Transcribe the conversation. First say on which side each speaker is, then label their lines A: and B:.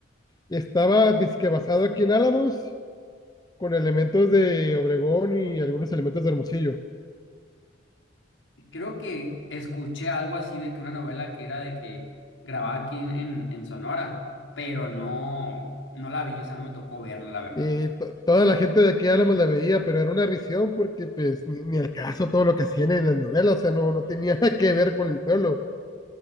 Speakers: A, on the left; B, on the left.
A: Estaba disque basado aquí en Álamos, con elementos de Obregón y algunos elementos de Hermosillo.
B: creo que escuché algo así de que una novela que era de que grababa aquí en, en, en Sonora, pero no, no la vi, o sea, no me tocó verla, la verdad.
A: Eh, to- toda la gente de aquí de Álamos la veía, pero era una risión porque pues ni, ni al caso todo lo que hacían en la novela, o sea, no, no tenía <laughs> nada que ver con el pueblo,